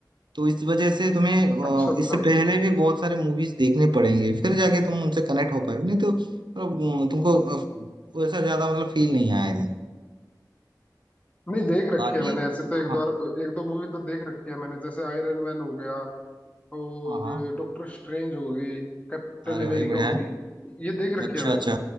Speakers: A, on the right (about 85°); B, on the left (about 20°).
A: तो इस वजह से तुम्हें अ,
B: अच्छा अच्छा
A: इससे पहले भी बहुत सारे मूवीज देखने पड़ेंगे फिर जाके तुम उनसे कनेक्ट हो पाए नहीं तो मतलब अ, तुमको अ, वैसा ज्यादा मतलब फील नहीं आएगा
B: नहीं देख रखी
A: बाकी
B: है मैंने ऐसे तो एक
A: हाँ
B: बार एक दो मूवी तो देख रखी है मैंने जैसे आयरन मैन हो गया और
A: हाँ हाँ
B: डॉक्टर स्ट्रेंज हो गई कैप्टन
A: अरे
B: अमेरिका
A: भाई बढ़िया
B: होगी
A: है
B: ये देख रखी
A: अच्छा
B: है मैंने
A: अच्छा